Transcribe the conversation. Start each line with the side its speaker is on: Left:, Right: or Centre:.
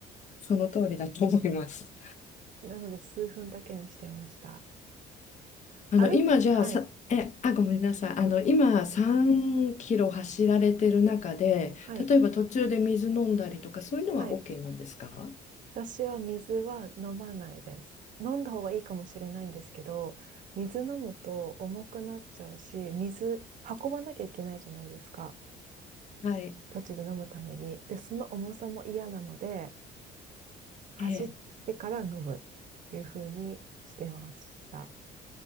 Left: その通りだと思います。
Right: なので数分だけにしてました。
Left: あの、
Right: 歩、
Left: 今じゃあさ、
Right: はい、
Left: え、あ、ごめんなさい。あの、今3キロ走られてる中で、
Right: はい、
Left: 例えば途中で水飲んだりとか、そういうのは
Right: はい。
Left: OK なんですか
Right: 私は水は飲まないです。飲んだ方がいいかもしれないんですけど、水飲むと重くなっちゃうし、水運ばなきゃいけないじゃないですか。
Left: はい。
Right: 途中で飲むために。で、その重さも嫌なので、走ってから飲むっていう風にしてました。
Left: ええ。